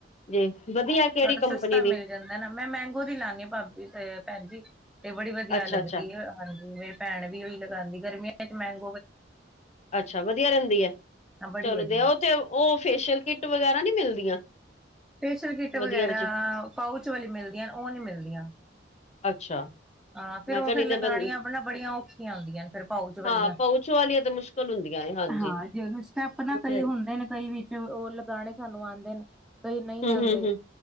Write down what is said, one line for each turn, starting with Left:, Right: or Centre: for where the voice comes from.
Left: ਜੀ ਵਧੀਆ ਕਿਹੜੀ
Centre: ਥੋੜਾ
Left: ਕੰਪਨੀ
Centre: ਸਸਤਾ
Left: ਦੀ
Centre: ਮਿਲ ਜਾਂਦਾ ਨਾ ਮੈਂ ਮਹਿੰਗੋ ਦੀ ਲਾਦੀ ਹਾਂ ਭਾਬੀ ਭੈਣ ਜੀ ਏ ਬੜੀ ਵਧੀਆ
Left: ਅੱਛਾ-ਅੱਛਾ,
Centre: ਲੱਗਦੀ ਐ। ਹਾਂਜੀ, ਮੇਰੀ ਭੈਣ ਵੀ ਉਹੀ ਲਗਾਂਦੀ ਏ ਗਰਮੀਆਂ ਚ ਮਹਿੰ
Left: ਅੱਛਾ, ਵਧੀਆ ਰਹਿੰਦੀ ਐ।
Centre: ਹਾਂ ਬੜੀ
Left: ਚਲੋ
Centre: ਵਧੀਆ।
Left: ਦਿਓ ਉਹ ਫੇਸ਼ੀਅਲ ਕਿਟ। ਕਿਟ ਵਗੈਰਾ ਨਹੀਂ ਮਿਲਦੀਆਂ?
Centre: ਫੇਸ਼ਲ ਕਿੱਟ
Left: ਵਧੀਆ
Centre: ਵਗੈਰਾ,
Left: ਵਿੱਚ
Centre: ਪਾਊਚ ਵਾਲੀ ਮਿਲਦੀਆਂ। ਉਹ ਨਹੀਂ ਮਿਲਦੀਆਂ।
Left: ਅੱਛਾ।
Centre: ਹਾਂ, ਫੇਰ
Left: ਮੈਂ
Centre: ਉਹ
Left: ਕਿਹਾ
Centre: ਫੇਰ
Left: ਨਹੀਂ
Centre: ਲਗਾਣੀਆਂ
Left: ਤੇ ਬੰ
Centre: ਆਪਣਾ ਬੜੀਆਂ ਔਖੀਆਂ ਹੁੰਦੀਆਂ ਨੇ ਫੇਰ ਪਾਉਚ ਵਾਲ਼ੀਆਂ।
Left: ਹਾਂ ਪਾਊਚ ਵਾਲੀਆਂ ਤੇ ਮੁਸ਼ਕਿਲ ਹੁੰਦੀਆਂ ਨੇ ਹਾਂਜੀ
Centre: ਹਾਂ, ਜੇ ਉਹ ਸਟੈਪ ਨਾ
Left: ਉਹ
Centre: ਕਈ
Left: ਤੇ ਹੈ
Centre: ਹੁੰਦੇ
Left: ਹੀ
Centre: ਨੇ ਕਈ ਵਿੱਚ ਉਹ ਲਗਾਣੇ ਸਾਨੂੰ ਆਉਂਦੇ ਨੇ। ਕਈ ਨਹੀਂ ਆਂਦੇ
Left: ਹੂੰ-ਹੂੰ-ਹੂੰ